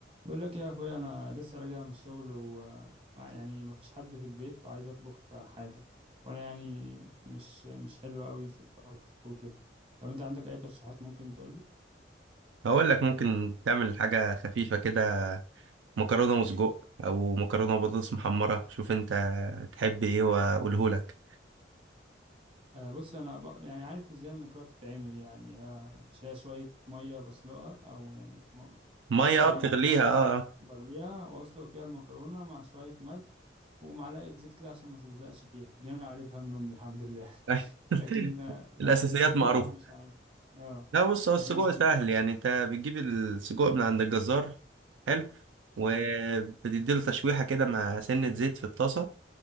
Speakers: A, on the right; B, on the right.
A: بقول لك يا اخويا انا لسه راجع من الشغل و مع- يعني مفيش حد في البيت وعايز اطبخ حاجه وانا يعني مش مش حلو قوي في الطبخ وكده لو انت عندك اي ترشيحات ممكن تقول لي
B: هقول لك ممكن تعمل حاجة خفيفة كده مكرونة وسجق أو مكرونة وبطاطس محمرة شوف أنت تحب إيه وأقوله لك
A: آه، بص انا بق- يعني عارف ازاي المكرونه بتتعمل يعني آه، مش هي شويه ميه بسلقها او يعني م-
B: مية
A: شويه
B: آه، بتغليها
A: ميه
B: أه
A: بغليها واسلق فيها المكرونه مع شويه ملح ومعلقه زيت كده عشان ما تلزقش فيها دي انا عارفها من امي الحمد لله
B: آه. <laughs>
A: لكن لكن
B: الأساسيات
A: السجق
B: معروفة
A: مش عارف اه
B: لا بص هو السجق
A: لكن السجق
B: سهل يعني أنت بتجيب السجق من عند الجزار حلو وبتديله
A: اه
B: تشويحة كده مع سنة زيت في الطاسة